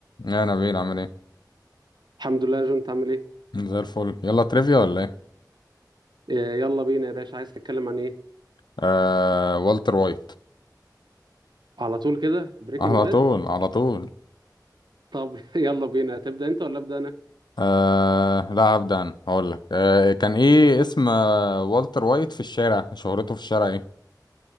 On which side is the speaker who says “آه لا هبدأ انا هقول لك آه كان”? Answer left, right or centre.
Left